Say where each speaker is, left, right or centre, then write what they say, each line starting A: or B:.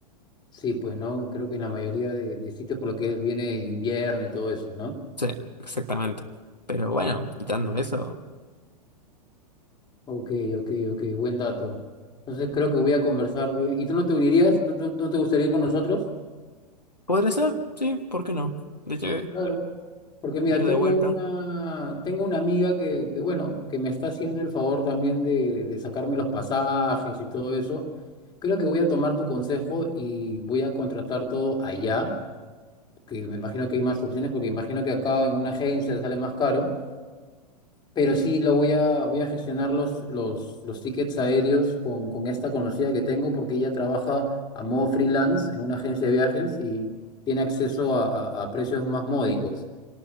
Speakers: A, on the left; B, on the left.
A: sí, pues no, creo que en la mayoría de, de sitios por lo que viene invierno y todo eso, ¿no?
B: Sí, exactamente. Pero bueno, quitando eso,
A: Ok, ok, ok, buen dato. Entonces creo que voy a conversar bien. ¿Y tú no te unirías? ¿No, no- no te gustaría ir con nosotros?
B: podría ser, sí, ¿por qué no? De hecho,
A: Claro. Porque mira,
B: ir
A: tengo
B: de vuelta.
A: una, tengo una amiga que, que, bueno, que me está haciendo el favor también de, de sacarme los pasajes y todo eso. Creo que voy a tomar tu consejo y voy a contratar todo allá que me imagino que hay más opciones, porque imagino que acá en una agencia sale más caro, pero sí lo voy a, voy a gestionar los, los, los tickets aéreos con, con esta conocida que tengo, porque ella trabaja a modo freelance en una agencia de viajes y tiene acceso a, a- a precios más módicos.